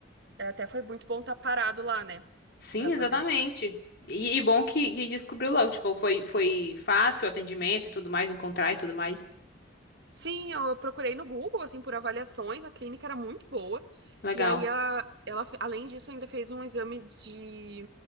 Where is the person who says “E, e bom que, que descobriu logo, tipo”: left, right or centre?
Left